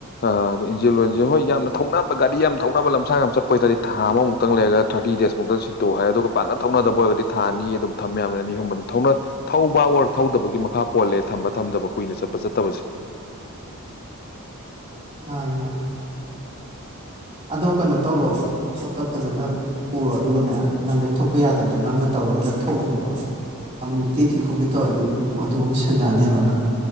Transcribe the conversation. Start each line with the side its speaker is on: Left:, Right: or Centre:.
Left: ꯑ ꯏ ꯖꯤꯜ ꯑꯣꯢꯜꯁꯦ ꯍꯣꯏ ꯌꯥꯝꯅ ꯊꯧꯅꯕ ꯒꯥꯔꯤ ꯌꯥꯝ ꯊꯧꯅꯕ ꯂꯝꯁꯥꯡ ꯌꯥꯝ ꯆꯠꯄ ꯑꯣꯏꯇꯥꯔꯗꯤ ꯊꯥ ꯑꯃꯃꯨꯛꯇꯪ ꯂꯩꯔꯒ ꯊꯥꯔꯇꯤ ꯗꯦꯖꯃꯨꯛꯇ ꯁꯤꯟꯇꯣꯛ ꯍꯥꯏꯔꯦ ꯑꯗꯨꯒ ꯄꯥꯛꯅ ꯊꯧꯅꯗꯕ ꯑꯣꯏꯔꯒꯗꯤ ꯊꯥ ꯑꯅꯤ ꯑꯗꯨꯝ ꯊꯝ ꯌꯥꯕꯅꯦ ꯑꯅꯤ ꯑꯍꯨꯝꯕ ꯑꯗꯨꯝ ꯊꯧꯕ ꯑꯣꯔ ꯊꯧꯗꯕꯒꯤ ꯃꯈꯥ ꯄꯣꯜꯂꯦ ꯊꯝꯕ ꯊꯝꯗꯕ ꯀꯨꯏꯅ ꯆꯠꯄ ꯆꯠꯇꯕꯁꯦ
Right: ꯃꯥꯅꯦ ꯃꯥꯅꯤ ꯑꯗꯣ ꯀꯩꯅꯣ ꯇꯧꯔꯣ ꯋꯔꯥꯛꯁꯣꯞꯇ ꯐꯖꯅ ꯄꯨꯔꯣ ꯑꯗꯨꯒꯅꯦ ꯅꯪ ꯂꯩꯊꯣꯛꯄ ꯌꯥꯗꯕꯗꯣ ꯅꯪꯅ ꯇꯧꯔꯒ ꯂꯩꯊꯣꯛꯎꯅꯣꯕ ꯑꯃꯨꯛ ꯇꯦꯛꯈꯤ ꯈꯣꯠꯈꯤ ꯇꯧꯔꯗꯤ ꯑꯃꯨꯛ ꯑꯗꯨꯒꯨꯝ ꯁꯤꯟꯅꯅꯦꯕ ꯅꯪ